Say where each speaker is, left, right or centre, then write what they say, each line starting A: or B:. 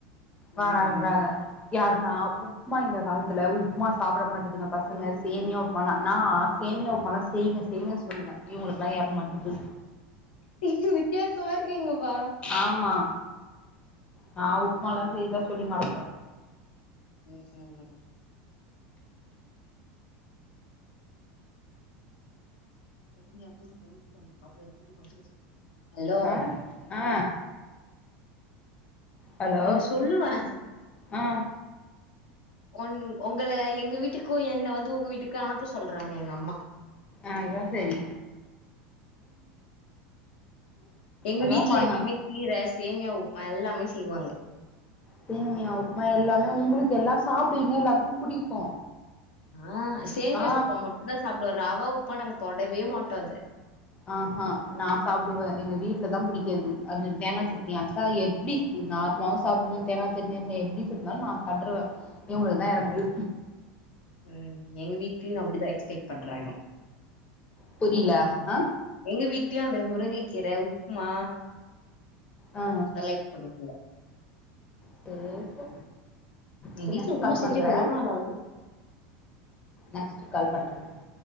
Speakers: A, on the left; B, on the left.
A: வேணான்றாங்க
B: ம்
A: யாருனா உப்மா இந்த காலத்துல உப்மா சாப்ட மாட்டேதுங்க பசங்க சேமியா உப்மாலா நா ஆச சேமியா உப்மாலா செய்ங்க செய்ங்க சொல்வ இவுங்ளுக்லா எறங்க மாட்டேங்து
B: நீங்க வித்யாசமா இருக்கிங்கப்பா
A: ஆமா நா உப்மாலா செய்தா சொல்லிங்கடப்பே
B: ம் ம் <inaudible> ஹலோ
A: அ ஆ ஹலோ
B: ஒண்ணு சொல்லுவ
A: ஆ
B: ஒன் ஒங்கள எங்க வீட்டுக்கு என்ன வந்து உங்க வீட்டுக்கு அனுப்ப சொல்றாங்க எங்க அம்மா <inaudible>
A: அதா சரி
B: எங்க
A: அதா
B: வீட்ல
A: பண்ணே
B: எப்பய்மே கீர சேமியா உப்மா எல்லாமே செய்வாங்க
A: சேமியா உப்மா எல்லாமே உங்ளுக்கெல்லா சாப்டுவிங்க எல்லாருக்கு புடிக்கு
B: ஆ சேமியா
A: ஆ
B: உப்மா மட்டுந்தா சாப்டுவ ரவா உப்மா நாங்க தொடவே மாட்டோ அது
A: ஆ ஹா நா சாப்டுவ எங்க வீட்லதா புடிக்காது அது தேங்கா சட்னி அரைச்சா எப்டி நார்மலாவு சாப்டுவ தேங்கா சட்னி அரைச்சா எப்டி செஞ்சாலு நா சாட்ருவ இவுங்ளுக்குதா எறங்காது
B: ம் எங்க வீட்லயு அப்டிதா எக்ஸ்பெக்ட் பண்றாங்க
A: புரில ஆ
B: எங்க வீட்லயு அந்த முருங்கை கீர உப்மா
A: ஆ
B: தா லைக் பண்ணும்ங்க
A: சோ சோ
B: எங்க
A: சர்
B: வீட்ல
A: நெக்ஸ்ட்
B: உப்புமா
A: கால் பண்ற
B: செஞ்சு எவ்ளோ நாள் ஆவுது
A: நெக்ஸ் ட் கால் பண்ற இருங்க